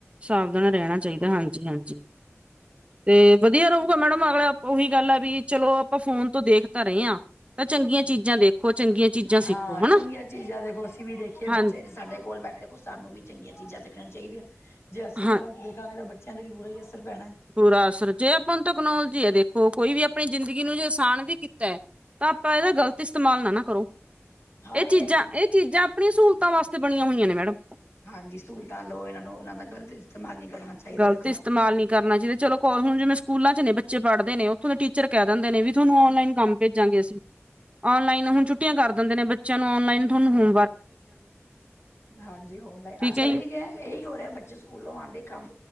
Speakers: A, on the right (about 25°); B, on the left (about 65°).
A: ਸਾਵਧਾਨ ਰੈਣਾ ਚਾਈਦਾ ਹਾਂਜੀ-ਹਾਂਜੀ।
B: <inaudible>
A: ਤੇ ਵਦੀਆ ਰਊਗਾ ਮੈਡਮ ਅਗਲਾ ਓਹੀ ਗੱਲ ਆ ਵੀ ਚਲੋ ਆਪਾਂ ਫੋਨ ਤੋਂ ਦੇਖ ਤਾਂ ਰੇ ਆ। ਤਾਂ ਚੰਗੀਆਂ
B: ਹਾਂ
A: ਚੀਜ਼ਾਂ ਦੇਖੋ, ਚੰਗੀਆਂ ਚੀਜ਼ਾਂ ਸਿੱਖੋ
B: ਹਾਂ ਚੰਗੀਆਂ
A: ਹੈਨਾ
B: ਚੀਜ਼ਾਂ ਦੇਖੋ ਅਸੀਂ ਵੀ ਦੇਖੀਏ
A: ਹਾਂ
B: ਬੱਚੇ ਸਾਡੇ ਕੋਲ ਬੈਠੇ ਦੇਖੋ ਸਾਨੂੰ ਵੀ ਚੰਗੀਆਂ ਚੀਜ਼ਾਂ ਦੇਖਣੀਆਂ ਚਾਈਦੀਆਂ, ਜੇ ਅਸੀਂ
A: ਹਾਂ।
B: ਗੱਲਤ ਦੇਖਾਂਗੇ ਤਾਂ ਬੱ ਚਿਆਂ ਤੇ ਵੀ ਬੁਰਾ ਈ ਅਸਰ ਪੈਣਾ।
A: ਪੂਰਾ ਅਸਰ ਜੇ ਆਪਾਂ ਨੂੰ ਤਕਨੋਲੋਜੀ ਐ ਦੇਖੋ ਕੋਈ ਵੀ ਅਪਣੀਂ ਜ਼ਿੰਦਗੀ ਨੂੰ ਜੇ ਅਸਾਨ ਵੀ ਕੀ ਤੈ ਤਾਂ ਆਪਾਂ ਐਦਾ ਗ਼ਲਤ ਇਸਤੇਮਾਲ ਨਾ-ਨਾ ਕਰੋ।
B: ਹਾਂ
A: ਏ
B: ਇਹ
A: ਚੀਜ਼ਾਂ
B: ਹੈ ਕਿ
A: ਏ ਚੀਜ਼ਾਂ ਅਪਣੀਆਂ ਸ੍ਹੂਲਤਾਂ ਵਾਸਤੇ ਬਣੀਆਂ ਹੋਈਆਂ ਨੇ ਮੈਡਮ
B: ਹਾਂਜੀ ਸ੍ਹੂਲਤਾਂ ਲਓ ਐਨਾਂ ਨੂੰ ਐਨਾਂ ਦਾ ਗਲਤ ਇਸਤੇਮਾਲ ਨੀ ਕਰਨਾ ਚਾਹੀਦਾ
A: ਗਲਤ
B: ਦੇਖੋ
A: ਇਸਤੇਮਾਲ ਨੀ ਕਰਨਾ ਚਾਈਦਾ ਚਲੋ ਕੋ ਹੁਣ ਜਿਵੇਂ ਸਕੂਲਾਂ ਚ ਨੇ ਬੱਚੇ ਪੜਦੇ ਨੇ ਓੱਥੋਂ ਦੇ ਟੀਚਰ ਕੈ ਦਿੰਦੇ ਨੇ ਵੀ ਤੁਆਨੂੰ ਓਨਲਾਈਨ ਕੰਮ ਭੇਜਾਂਗੇ ਅਸੀਂ ਓਨਲਾਈਨ ਹੁਣ ਛੁੱਟੀਆਂ ਕਰ ਦਿੰਦੇ ਨੇ ਬੱਚਿਆਂ ਨੂੰ ਓਨਲਾਈਨ ਤੁਆਨੂੰ ਹੁ
B: ਹਾਂਜੀ ਓਨਲਾਈਨ
A: ਠੀਕ
B: ਆੱਜ-ਕੱਲ
A: ਜੀ
B: ਏਹੀ ਹੈ ਏਹੀ ਹੋ ਰਿਆ ਬੱਚੇ ਸਕੂਲੋਂ ਆਂਦੇ ਕੰਮ